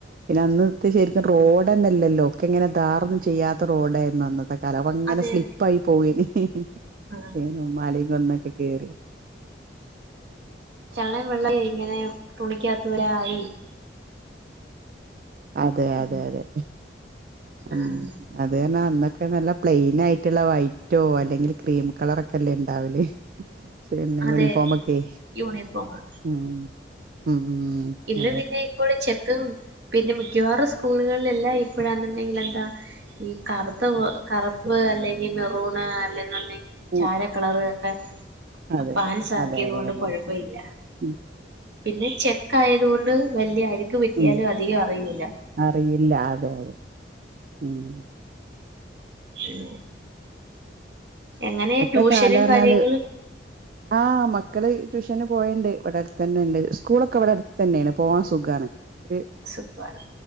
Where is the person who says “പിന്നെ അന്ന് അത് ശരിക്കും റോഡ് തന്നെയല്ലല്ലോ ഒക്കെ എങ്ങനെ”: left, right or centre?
Right